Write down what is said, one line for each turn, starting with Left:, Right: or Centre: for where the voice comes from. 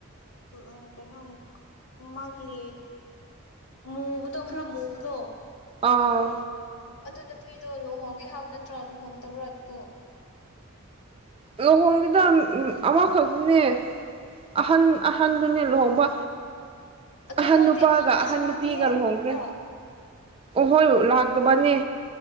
Left: ꯎꯝ ꯀꯩꯅꯣ ꯃꯥꯒꯤ ꯃꯨꯕꯗꯣ ꯈꯔ ꯃꯨꯕꯗꯣ
Right: ꯑꯥ
Left: ꯑꯗꯨ ꯅꯨꯄꯤꯗꯣ ꯂꯨꯍꯣꯡꯉꯦ ꯍꯥꯏꯕ ꯅꯠꯇ꯭ꯔꯣ ꯂꯨꯍꯣꯡꯗꯕ꯭ꯔꯣ ꯑꯗꯨꯗꯣ
Right: ꯂꯨꯍꯣꯡꯅꯤꯗ ꯑꯃꯈꯛꯇꯅꯦ ꯑꯍꯟ
Left: ꯑꯣ
Right: ꯑꯍꯟꯗꯨꯅꯦ ꯂꯨꯍꯣꯡꯕ
Left: ꯑꯗꯨ
Right: ꯑꯍꯟ
Left: ꯃꯥꯗꯤ
Right: ꯅꯨꯄꯥꯒ
Left: ꯑꯃꯁꯨ
Right: ꯑꯍꯟ
Left: ꯂꯥꯛꯇꯦꯍꯦ
Right: ꯅꯨꯄꯤꯒ ꯂꯨꯍꯣꯡꯈ꯭ꯔꯦ
Left: ꯈꯨꯟꯗ
Right: ꯑꯣꯍꯣꯏ ꯂꯥꯛꯇꯕꯅꯦ